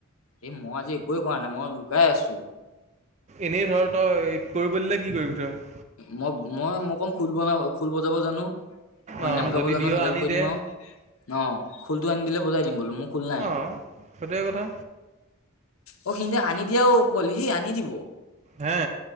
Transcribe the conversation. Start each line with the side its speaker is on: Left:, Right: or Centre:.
Left: এই মই আজি একোৱে কৰা নাই মই লুকাই আছো
Right: এনেই ধৰ তই কৰিব দিলে কি কৰিবি তই-
Left: মই- মই -মই কম খোল বনাব, খোল বজাব জানো। হৰি
Right: অঁ
Left: নাম গাব
Right: যদি
Left: জানো।
Right: দিয়
Left: সেইডাল
Right: আনি
Left: কৰি
Right: দে
Left: দিম আৰু ন। খোলটো আনি দিলে বজাই দিম বোলো মোক। নাই
Right: অঁ সেইটোৱে কথা
Left: অ, আনি দিয়া অ, পোৱালি সি আনি দিব।
Right: হে